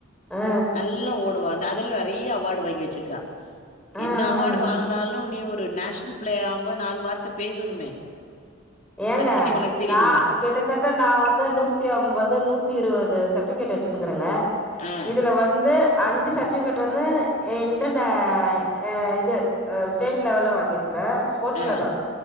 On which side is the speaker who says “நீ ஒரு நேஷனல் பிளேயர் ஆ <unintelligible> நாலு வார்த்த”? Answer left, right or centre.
Left